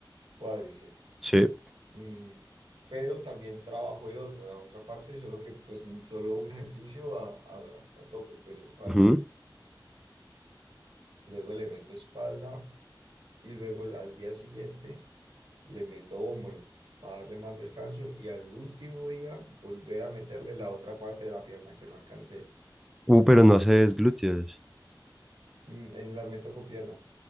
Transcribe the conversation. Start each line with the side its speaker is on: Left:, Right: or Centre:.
Right: cuádriceps.
Centre: Sí.
Right: Mm, pero también trabajo el otro, la otra parte, solo que pues solo un ejercicio a, a, a tope, pues a fallo.
Centre: Ujú.
Right: Luego le meto espalda y luego el- al día siguiente le meto hombro para darle más descanso y al último día volver a meterle la otra parte de la pierna que no alcancé.
Centre: Uh, pero no haces glúteos.
Right: Mm, En la meto con pierna.